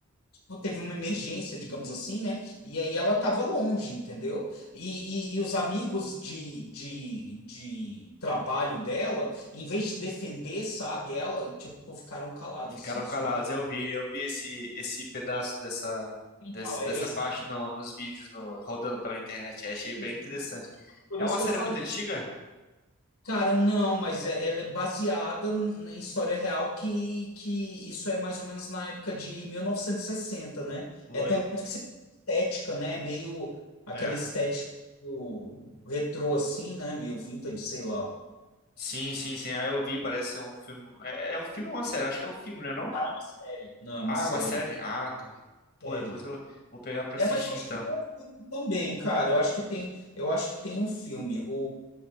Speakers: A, on the left (about 80°); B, on the left (about 45°).
A: tipo, teve uma emergência, digamos assim, né? E aí ela tava longe, entendeu? E, e, e os amigos de, de, de trabalho dela, em vez de defender, sabe, ela, tipo, ficaram calados,
B: Ficaram
A: assim, se
B: calados.
A: omitiram.
B: Eu vi, eu vi esse, esse pedaço dessa,
A: Então,
B: desse,
A: é
B: dessa
A: esse,
B: parte no- nos vídeos no- rodando pela internet. Achei bem
A: isso.
B: interessante.
A: né? Por
B: É
A: isso
B: uma série
A: que eu falei.
B: muito antiga?
A: Cara, não, mas é- ela é baseada n- em história real que, que isso é mais ou menos na época de 1960, né?
B: Oi.
A: É tanto que você- estética, né? Meio aquela
B: É.
A: estética do retrô, assim, né? Meio vintage, sei lá.
B: Sim, sim, sim. Ah, eu vi, parece ser um filme. É, é um filme ou uma série? Acho que é um filme, né, não?
A: Cara, é uma série. Não, é uma
B: Ah,
A: série.
B: é uma série? Ah, tá. Pô,
A: Série.
B: depois eu vou pegar pra
A: É,
B: assistir
A: mas eu acho
B: então.
A: que tem um filme também, cara. Eu acho que tem, eu acho que tem um filme. O,